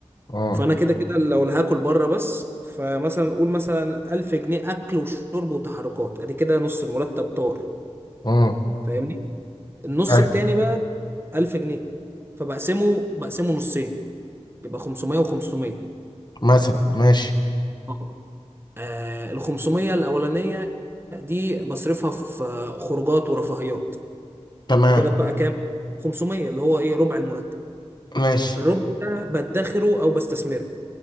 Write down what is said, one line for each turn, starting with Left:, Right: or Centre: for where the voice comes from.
Left: امم
Right: فانا كده كده لو اللي هاكل بره بس فمثلا قول مثلا 1000 جنيه اكل وشرب وتحركات ادي كده نص المرتب طار
Left: امم
Right: فاهمني النص
Left: ايوه
Right: التاني بقى 1000 جنيه فبقسمه بقسمه نصين يبقى 500 و500
Left: مثلا ماشي
Right: اه آه، ال 500 الاولانيه دي بصرفها في آه، خروجات ورفاهيات
Left: تمام
Right: كده بقى كام 500 اللي هو ايه ربع المرتب
Left: ماشي
Right: الربع ده بدخره او بستثمره